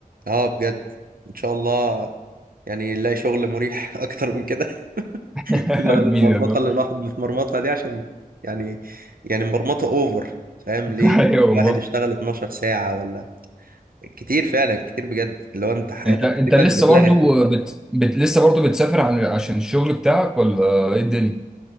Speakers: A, on the right (about 70°); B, in the centre.
A: اه بجد ان شاء الله يعني نلاقي شغل مريح <laughs> اكتر من كده <laughs>
B: <laughs>
A: بدل المرمطه
B: مين يا رب
A: اللي الواحد متمرمطها دي عشان يعني يعني مرمطه اوفر فاهم
B: <laughs>
A: ليه
B: أيوه والله
A: الواحد يشتغل 12 ساعه ولا كتير فعلا كتير بجد اللي هو انت حياتك
B: انت انت
A: تقريبا
B: لسه
A: اتلغت
B: برضو بت... بت... لسه برضو بتسافر عن... عشان الشغل بتاعك ولا ايه الدنيا؟